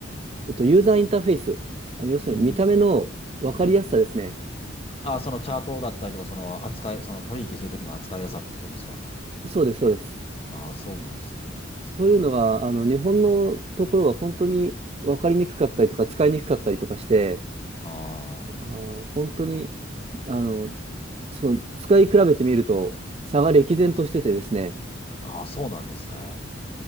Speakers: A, on the right; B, on the left.
A: えっと、ユーザーインターフェース、あの要するに見た目の分かりやすさですね。
B: い。うん、うん。ああ、そのチャートだったりとか、その扱い、その取引するときの扱いやすさってことですか
A: そうです、そうです。
B: ああー、そうなんですね。
A: そういうのが、あの、日本のところは本当に分かりにくかったりとか、使いにくかったりとかして、
B: あ
A: あー、本当に、あの、その、使い比べてみると、差が歴然としててですね、
B: あ、ああ、そうなんですね。